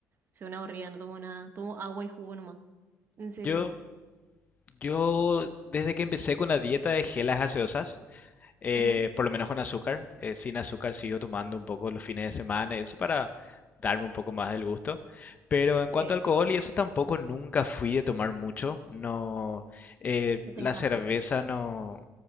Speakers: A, on the right (about 40°); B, on the left (about 30°).
A: Soy una aburrida, no tomo nada. Tomo agua y jugo nomás. En serio.
B: Yo, yo, desde que empecé con la dieta de gelas gaseosas, eh,
A: Ujú,
B: por lo menos con azúcar. eh, sin azúcar sigo tomando un poco los fines de semana y eso para darme un poco más del gusto. Pero en cuanto
A: Sí,
B: a alcohol y eso tampoco nunca fui de tomar mucho. No, eh,
A: no te
B: la
A: encanta.
B: cerveza no,